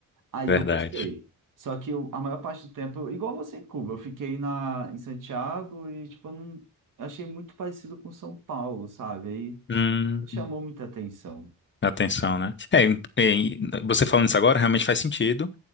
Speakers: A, on the right; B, on the left.
A: Aí
B: verdade.
A: eu gostei. Só que eu- a maior parte do tempo, eu- igual você em Cuba, eu fiquei na, em Santiago e, tipo, eu não, eu achei muito parecido com São Paulo, sabe? Aí
B: Hum,
A: não chamou muita atenção.
B: atenção, né? É, em- em- você falando isso agora realmente faz sentido.